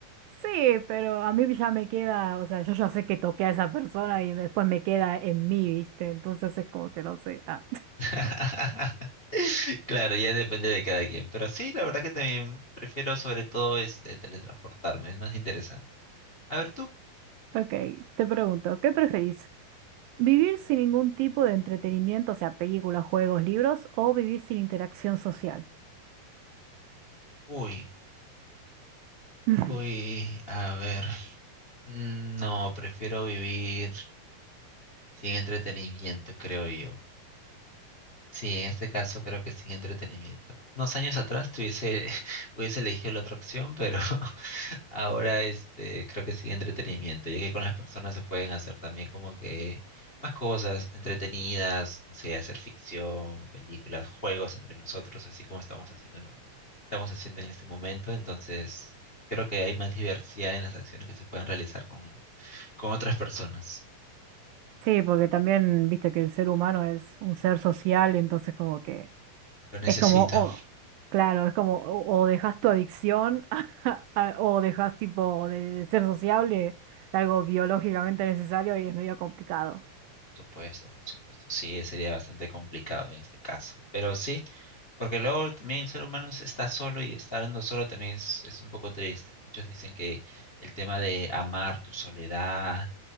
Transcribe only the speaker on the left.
<laughs> Claro, ya depende de cada quien. Pero sí, la verdad que también prefiero sobre todo este teletransportarme, es más interesante. A ver tú.
Uy,
uy, a ver. Mm, No, prefiero vivir sin entretenimiento, creo yo. Sí, en este caso creo que sin entretenimiento. Unos años atrás tuviese, <laughs> hubiese elegido la otra opción, pero <laughs> ahora este, creo que sin entretenimiento, ya que con las personas se pueden hacer también como que más cosas entretenidas, no sé, hacer ficción, películas, juegos entre nosotros, así como estamos haciendo, ¿no? estamos haciendo en este momento. Entonces, creo que hay más diversidad en las acciones que se pueden realizar con, con otras personas.
Lo necesito.
supuesto, por supuesto. Sí, sería bastante complicado en este caso. Pero sí, porque luego también el ser humano se está solo y estando solo también es, es un poco triste. Muchos dicen que el tema de amar tu soledad,